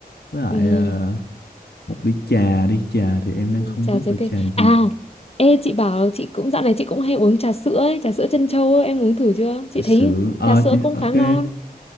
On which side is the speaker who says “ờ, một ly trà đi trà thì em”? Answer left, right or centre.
Left